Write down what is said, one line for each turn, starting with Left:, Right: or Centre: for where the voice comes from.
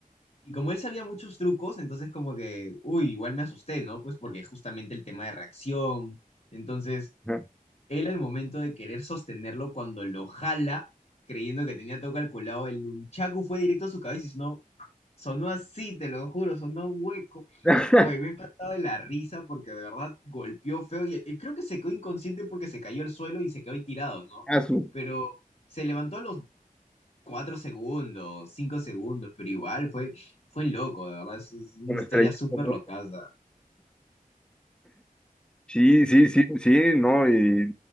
Left: Y como él sabía muchos trucos, entonces como que, uy, igual me asusté, ¿no? Pues porque justamente el tema de reacción. Entonces,
Centre: ajá.
Left: él al momento de querer sostenerlo, cuando lo jala, creyendo que tenía todo calculado, el nunchaku fue directo a su cabeza y sonó, sonó así, te lo juro, sonó hueco.
Centre: <laughs>
Left: Oye, me he matado de la risa porque de verdad golpeó feo y, y creo que se quedó inconsciente porque se cayó al suelo y se quedó ahí tirado, ¿no?
Centre: Azul,
Left: Pero se levantó a los cuatro segundos, cinco segundos, pero igual fue, fue loco, de verdad, es, es una
Centre: con
Left: historia
Centre: estrellitas,
Left: súper
Centre: ¿no?
Left: locaza.
Centre: Sí, sí, sí, sí, no, y